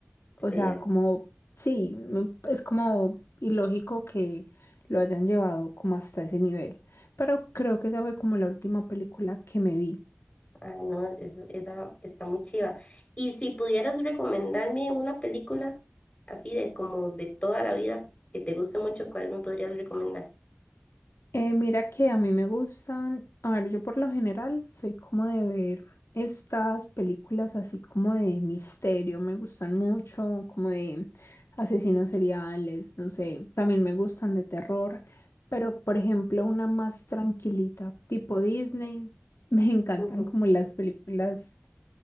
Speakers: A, on the left (about 70°); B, on the left (about 30°).
A: O
B: sí,
A: sea, como, sí, mm, es como ilógico que lo hayan llevado como hasta ese nivel. Pero creo que esa fue como la última película que me vi.
B: ah, no, es- esa está muy chiva. Y si pudieras recomendarme una película así de como de toda la vida que te guste mucho, ¿cuál me podrías recomendar?
A: Eh, mira que a mí me gustan, a ver, yo por lo general soy como de ver estas películas así como de misterio, me gustan mucho, como de asesinos seriales, no sé, también me gustan de terror, pero por ejemplo una más tranquilita, tipo Disney, <laughs> me encantan
B: Ujú.
A: como las películas